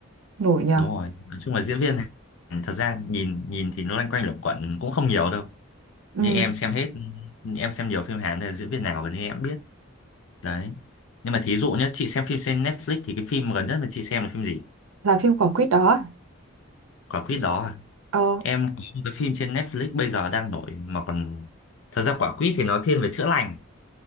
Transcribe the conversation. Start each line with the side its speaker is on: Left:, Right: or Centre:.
Right: nổi nhờ.
Left: đúng rồi nói chung là diễn viên thật ra nhìn nhìn thì nó loanh quanh luẩn quẩn cũng không nhiều đâu
Right: Ừ,
Left: nhưng em xem hết em xem nhiều phim Hàn nên là diễn viên nào gần như em cũng biết đấy nhưng mà thí dụ nhé chị xem phim trên Netflix thì cái phim gần nhất mà chị xem là phim gì
Right: là phim quả quýt đó. à?
Left: quả quýt đó à?
Right: Ờ,
Left: em có một cái phim trên Netflix bây giờ đang nổi mà còn thật ra quả quýt thì nó thiên về chữa lành